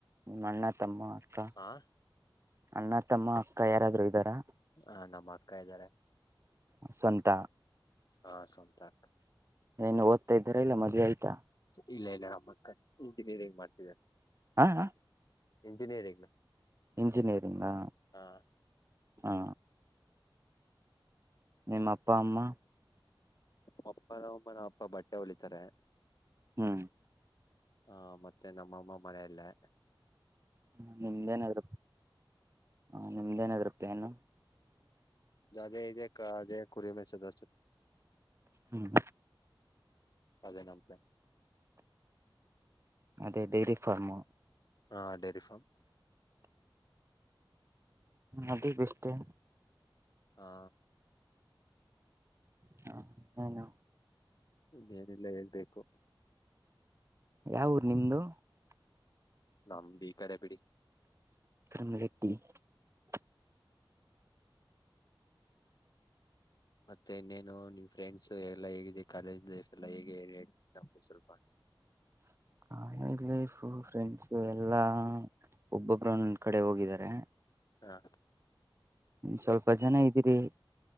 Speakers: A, on the right (about 30°); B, on the left (about 50°).
A: ನಿಮ್ಮ ಅಣ್ಣ ತಮ್ಮ ಅಕ್ಕ
B: ಹಾ
A: ಅಣ್ಣ ತಮ್ಮ ಅಕ್ಕ ಯಾರಾದ್ರೂ ಇದ್ದಾರಾ
B: ಹ ನಮ್ಮ ಇದ್ದಾರೆ
A: <inaudible> ಸ್ವಂತ
B: ಹಾ ಸ್ವತ ಅಕ್ಕ
A: ಏನು ಓದ್ತಾ ಇದ್ದಾರಾಲ್ಲ ಮದ್ವೆ ಆಯ್ತಾ
B: ಇಲ್ಲ ಇಲ್ಲ ನಮ್ಮಕ್ಕ ಇಂಜಿನಿಯರಿಂಗ್ ಮಾಡ್ತಿದ್ದಾರೆ
A: ಹಾ ಹ
B: ಇಂಜಿನಿಯರಿಂಗ್
A: ಇಂಜಿನಿಯರಿಂಗಾ
B: ಹಾ
A: ಹಾ ನಿಮ್ಮ ಅಪ್ಪ ಅಮ್ಮ
B: ನಮ್ಮ ಅಪ್ಪನಮ್ಮ ನಮ್ಮ ಅಪ್ಪ ಬಟ್ಟೆ ಹೊಲಿತಾರೆ
A: ಹ್ಮ್
B: ಹಾ ಮತ್ತೆ ನಮ್ಮ ಅಮ್ಮ ಮನೆಯಲ್ಲಿ ಯೇ
A: ಹ ನಿಮ್ದೇನಾದ್ರು ಹ ನಿಮ್ದೇನಾದ್ರೂ ಪೇನು
B: ದೆ ಇ ಅ ಕುರಿಯ ಮಯಿಸೊದ
A: ಹ್ಮ್
B: ಅದೇ ನಮತೆ
A: ಅದೇ ಡೈರಿ ಫಾರ್ಮು
B: ಹಾ ಡೇರಿಫಾಮ್
A: ಅದು <unintelligible> ಬೆಸ್ಟೆ
B: ಹಾ
A: ಹ ಏನು
B: ಇನ್ನೇನೆಲ್ಲಾ ಹೇಳ್ಬೇಕು
A: ಯಾವ ಊರ್ ನಿಮದು <unintelligible>
B: ನಮ್ಮಂಬ <unintelligible> ಬಿಡಿ
A: <unintelligible>
B: ಮತ್ತೆ ಇನ್ನೇನು ನಿಮ್ ಫ್ರೆಂಡ್ಸ್ ಎಲ್ಲಾ ಹೇಗಿದೆ ಕಾಲೇಜ್ ಲೈಫ್ ಎಲ್ಲಾ ಹೇಗೆ <unintelligible> ಸ್ವಲ್ಪ ಅಂತ
A: <unintelligible> ಫ್ರೆಂಡ್ಸ್ ಎಲ್ಲಾ ಒಬ್ಬೊಬ್ಬರು ಒಂದೊಂದು ಕಡೆ ಹೋಗಿದ್ದಾರೆ
B: ಹಾ
A: ಸ್ವಲ್ಪ ಜನ ಇದ್ದೀರಿ